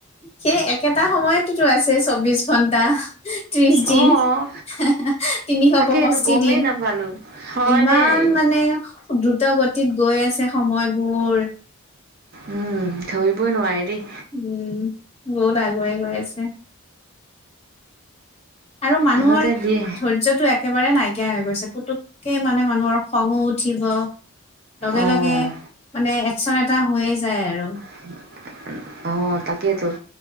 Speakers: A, on the left (about 30°); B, on the right (about 45°).
A: সেই একেটা সময়েতেটো আছে চৌবিশ ঘন্টা, ত্ৰিশ
B: অ',
A: দিন হেহে তিনিশ
B: তাকে
A: পষষ্ঠি
B: এইটো গমেই
A: দিন।
B: নাপালো হয়
A: ইমান
B: দেই।
A: মানে দ্ৰুত গতিত গৈ আছে সময়বোৰ
B: উম, ধৰিবই নোৱাৰি দেই।
A: উম, বহুত আগুৱাই গৈ আছে। আৰু মানুহৰ
B: আগতে দিয়ে
A: ধৈৰ্য্যটো এক একেবাৰে নাইকিয়া হৈ গৈছে পুতুকে মানে মানুহৰো খঙো উঠিব লগে
B: অ'।
A: লগে মানে একচন এটা হৈয়ে যায় আৰু।
B: <inaudible> অ তাকেইতো